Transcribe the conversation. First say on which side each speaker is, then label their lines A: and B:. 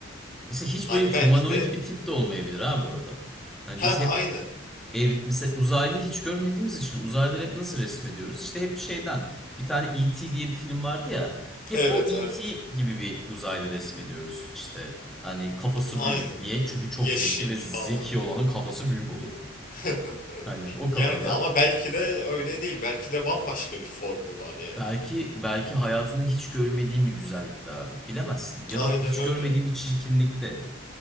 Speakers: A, in the centre; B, on the left.
A: Mesela hiç
B: Hani
A: böyle humanoid
B: belki de
A: bir tip de olmayabilir ha bu arada. Hani
B: ha
A: biz hep
B: aynı.
A: ev, mesela uzaylı hiç görmediğimiz için uzaylıları hep nasıl resmediyoruz? İşte hep şeyden bir tane E.T. diye bir film vardı ya. Hep
B: Evet
A: o E.T.
B: evet.
A: gibi bir uzaylı resmediyoruz. İşte hani kafası
B: Aynen.
A: büyük. Niye? Çünkü çok
B: Yeşil
A: zeki ve zeki
B: falan.
A: olanın kafası büyük olur.
B: <laughs>
A: Hani o kafada.
B: Yani ama belki de öyle değil. Belki de bambaşka bir formu var yani.
A: Belki belki hayatında hiç görmediğin bir güzellikte abi. Bilemezsin. Ya
B: Aynen
A: da hiç
B: öyle.
A: görmediğin bir çirkinlikte.